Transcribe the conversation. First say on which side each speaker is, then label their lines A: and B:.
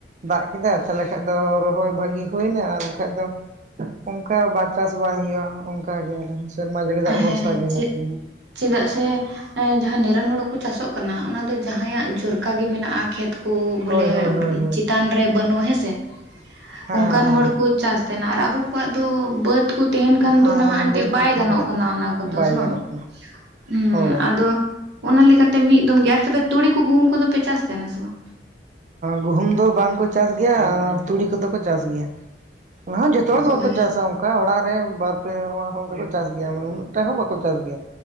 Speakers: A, on the right (about 45°); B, on the right (about 75°).
A: ᱫᱟᱜ ᱠᱮᱫᱟ ᱛᱟᱦᱚᱞᱮ ᱠᱷᱟᱱ ᱫᱚ ᱨᱚᱦᱚᱭ ᱵᱷᱟᱜᱤ ᱦᱩᱭᱱᱟ ᱟᱨ ᱵᱟᱠᱷᱟᱡ ᱫᱚ ᱚᱱᱠᱟ ᱵᱟ ᱪᱟᱥ ᱵᱟᱭ ᱦᱩᱭᱩᱜᱼᱟ᱾ ᱚᱱᱠᱟ ᱜᱮ ᱟᱞᱮ ᱦᱚᱸ ᱾ ᱥᱮᱨᱢᱟ ᱡᱟᱹᱲᱤ ᱫᱟᱜ
B: ᱦᱮᱸ
A: ᱵᱷᱚᱨᱥᱟ ᱜᱮ ᱦᱮᱱᱟᱜ
B: ᱪᱮᱫ
A: <inaudible>
B: ᱪᱮᱫᱟᱜ ᱥᱮ ᱼᱼ ᱡᱟᱦᱟᱸ ᱱᱤᱨᱚᱱ ᱦᱳᱲᱩ ᱠᱚ ᱪᱟᱥᱚᱜ ᱠᱟᱱᱟ᱾ ᱚᱱᱟ ᱫᱚ ᱡᱟᱦᱟᱸᱭᱟᱜ ᱡᱚᱨᱠᱟ ᱜᱮ ᱢᱮᱱᱟᱜᱼᱟ ᱠᱷᱮᱛ ᱠᱚ
A: ᱦᱳᱭ
B: ᱵᱚᱞᱮ
A: ᱦᱳᱭ ᱦᱳᱭ ᱦᱳᱭ
B: ᱪᱮᱛᱟᱱ ᱨᱮ ᱵᱟᱹᱱᱩᱜᱼᱟ ᱦᱮᱸ ᱥᱮ ᱾
A: ᱦᱮᱸ
B: ᱚᱱᱠᱟᱱ
A: ᱦᱮᱸ
B: ᱦᱚᱲ ᱠᱚ ᱪᱟᱥ ᱛᱟᱦᱮᱱᱟ ᱟᱨ ᱟᱵᱚ ᱠᱚᱣᱟᱜ ᱫᱚ ᱵᱟᱹᱫ ᱠᱚ ᱛᱟᱦᱮᱱ ᱠᱷᱟᱱ
A: ᱦᱮᱸ
B: ᱫᱚ ᱱᱟᱦᱟᱜ
A: ᱦᱮᱸ
B: ᱮᱱᱛᱮ
A: ᱵᱟᱹᱫᱽ
B: ᱵᱟᱭ
A: ᱠᱚ ᱛᱟᱦᱮᱱ
B: ᱜᱟᱱᱚᱜ
A: ᱠᱷᱟᱡ
B: ᱠᱟᱱᱟ ᱚᱱᱟ ᱠᱚᱫᱚ
A: ᱵᱟᱭ
B: ᱥᱮ ᱵᱟᱝ
A: ᱜᱟᱱᱚᱜ ᱠᱟᱱᱟ
B: ᱾
A: ᱦᱳᱭ
B: ᱟᱫᱚ ᱚᱱᱟ ᱞᱮᱠᱟᱛᱮ ᱢᱤᱫ ᱫᱚᱢ ᱜᱮ ᱟᱨ ᱛᱚᱵᱮ ᱛᱩᱲᱤ ᱠᱚ ᱜᱩᱢᱫᱚ ᱯᱮ ᱪᱟᱥ ᱛᱟᱦᱮᱱᱟ ᱥᱮ ᱵᱟᱝ?
A: ᱜᱩᱦᱩᱢ ᱫᱚ ᱵᱟᱝ ᱠᱚ ᱪᱟᱥ ᱜᱮᱭᱟ ᱛᱩᱲᱤ ᱠᱚᱫᱚ ᱠᱚ ᱪᱟᱥ ᱜᱮᱭᱟ ᱾ ᱚᱱᱟ ᱦᱚ ᱡᱚᱛᱚ ᱦᱚᱲ
B: ᱦᱳᱭ
A: ᱫᱚ ᱵᱟᱠᱚ ᱪᱟᱥᱼᱟ, ᱚ ᱠᱟ ᱚᱲᱟᱜ ᱨᱮ ᱾ ᱵᱟᱨ ᱯᱮ ᱚᱲᱟᱜ ᱦᱚᱸ ᱚᱱᱠᱟ ᱠᱚ ᱪᱟᱥ ᱜᱮᱭᱟ, ᱢᱟᱱᱮ ᱩᱱᱟᱹᱜ ᱴᱟᱜ ᱦᱚᱸ ᱵᱟᱠᱚ ᱪᱟᱥ ᱜᱮᱭᱟ,